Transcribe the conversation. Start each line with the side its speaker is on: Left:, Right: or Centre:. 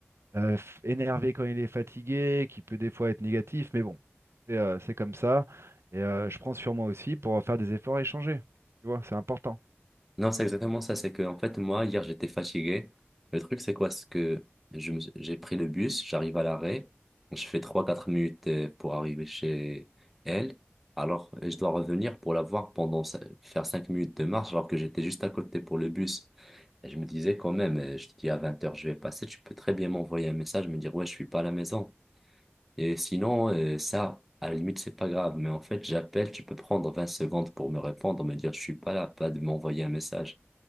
Right: euh, f- énervé quand il est fatigué, qui peut des fois être négatif, mais bon, c'est euh, c'est comme ça. Et euh, je prends sur moi aussi pour faire des efforts et changer. Tu vois, c'est important.
Centre: Non, c'est exactement ça. C'est que, en fait, moi, hier, j'étais fatigué. Le truc, c'est quoi? C'est que je me- j'ai pris le bus, j'arrive à l'arrêt, je fais trois quatre minutes euh, pour arriver chez elle. Alors, euh, je dois revenir pour la voir pendant cin- faire 5 minutes de marche, alors que j'étais juste à côté pour le bus. Et je me disais quand même, euh, je te dis à vingt heures je vais passer, tu peux très bien m'envoyer un message, me dire, ouais, je suis pas à la maison. Et sinon, euh, ça, à la limite, c'est pas grave. Mais en fait, j'appelle, tu peux prendre 20 secondes pour me répondre, me dire, je suis pas là, pas de m'envoyer un message.